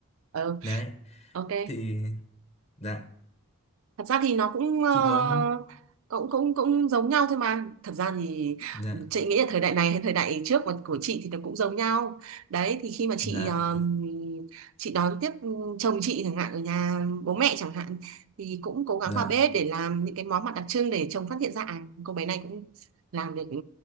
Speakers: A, on the right; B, on the left.
A: ừ
B: đấy
A: ok
B: thì dạ
A: thật ra thì nó cũng ờ,
B: chị có
A: cũng cũng cũng giống nhau thôi mà thật ra thì
B: dạ
A: chị nghĩ là thời đại này hay thời đại trước mà của chị thì nó cũng giống nhau đấy thì khi mà chị
B: dạ
A: ờ, chị đón tiếp chồng chị chẳng hạn ở nhà bố mẹ chẳng hạn thì cũng cố gắng
B: dạ
A: vào bếp để làm những cái món mặt đặc trưng để chồng phát hiện ra à cô bé này cũng làm được ừ,